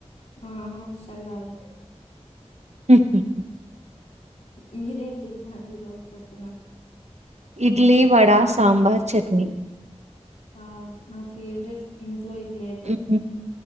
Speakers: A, on the left (about 80°); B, on the right (about 70°).
A: ఆహా అసలు రాదు
B: ఉ ఉ
A: మీరేం తింటున్నారు ఈ రోజు పొద్దున
B: ఇడ్లీ వడా సాంబార్ చట్నీ
A: ఆ నా ఫేవరెట్ ఇంట్లో ఇడ్లీ అయితే
B: ఉహు